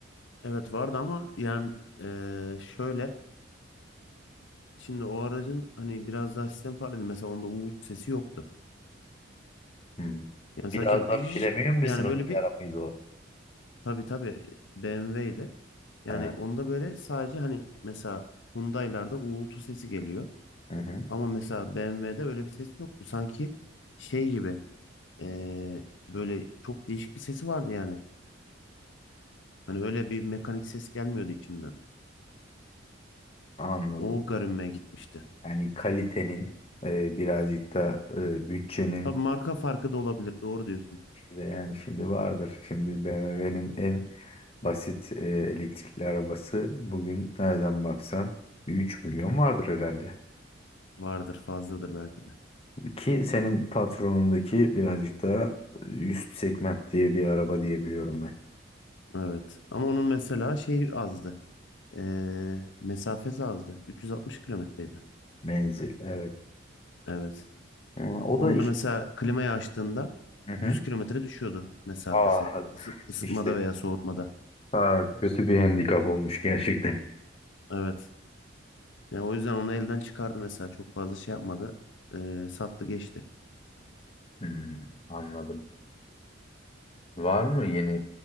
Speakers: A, on the left (about 70°); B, on the left (about 30°).
A: Evet vardı ama yani eee, şöyle şimdi o aracın hani biraz daha sistem farklıydı. Mesela onda uğultu sesi yoktu.
B: Hmm.
A: Yani
B: Biraz
A: sadece vıjj-
B: da premium bir
A: yani
B: sınıf
A: böyle bir
B: bir ara o?
A: tabii tabii BMW'ydi. Yani
B: Ha,
A: onda böyle sadece hani mesela Hyundai'larda uğultu sesi geliyor.
B: hı hı,
A: Ama mesela BMW'de öyle bir ses yoktu. Sanki şey gibi eee, böyle çok değişik bir sesi vardı yani. Hani öyle bir mekanik ses gelmiyordu içinden.
B: anladım.
A: O garibime gitmişti.
B: Yani kalitenin, e, birazcık da e, bütçenin.
A: Tabii marka farkı da olabilir. Doğru diyorsun.
B: de yani şimdi vardır. Şimdi BMW'nin en basit e, elektrikli arabası bugün nereden baksan 3 milyon vardır herhalde.
A: Vardır, fazladır belki de.
B: Ki senin patronundaki birazcık daha üst segment diye bir araba diyebiliyorum ben.
A: Evet. Ama onun mesela şeyi azdı. Eee mesafesi azdı. 360 kilometreydi.
B: Menzil, evet.
A: Evet.
B: Ee, o
A: Onda
B: da işte
A: mesela klimayı açtığında
B: Hı hı.
A: 100 kilometre düşüyordu mesafesi.
B: Ah
A: Isı- ısıtmada
B: işte
A: veya soğutmada.
B: ah, kötü bir handikap olmuş gerçekten.
A: Evet. Yani o yüzden onu elden çıkardı mesela. Çok fazla şey yapmadı. Ee, sattı geçti.
B: Hmm, anladım. Var mı yeni